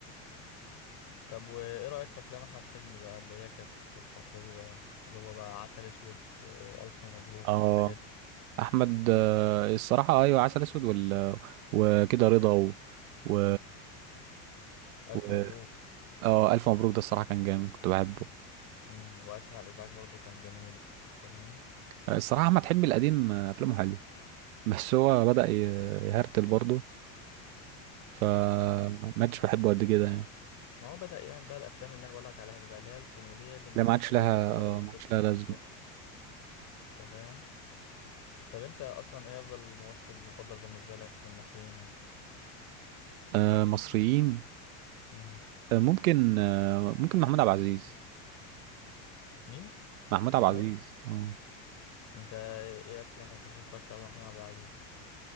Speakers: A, on the left (about 45°); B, on the right (about 85°).
A: طب وايه رأيك في افلام احمد حلمي بقى اللي هي كانت في الفترة دي بقى اللي هو بقى عسل اسود آه، الف مبروك
B: آه
A: الحاجات دي.
B: أحمد آه، الصراحة أيوة عسل أسود وال... وكده رضا و... و...
A: الف
B: و...
A: مبروك
B: آه ألف مبروك ده الصراحة كان جامد كنت بحبه
A: مم، واسف على الازعاج برضو كان جميل انت فاهم
B: آه، الصراحة أحمد حلمي القديم آه، أفلامه حلو بس هو بدأ ي- يهرتل برضه فما عادش بحبه قد كده يعني
A: ما هو بدأ يعمل بقى الافلام اللي انا بقولك عليها دي بقى اللي هي الكوميدية اللي ملهاش
B: لا ما عادش
A: اي
B: لها آه،
A: آه،
B: ما عادش
A: قصة
B: لها لازمة
A: بالظبط انت فاهم طب انت اصلا ايه افضل ممثل مفضل بالنسبة لك من المصريين يعني
B: آه، مصريين
A: امم
B: آه، ممكن آه، ممكن محمود عبد العزيز
A: مين
B: محمود
A: محمود
B: عبد العزيز اه
A: انت ايه افلام او مسلسلات اتفرجت على محمود عبد العزيز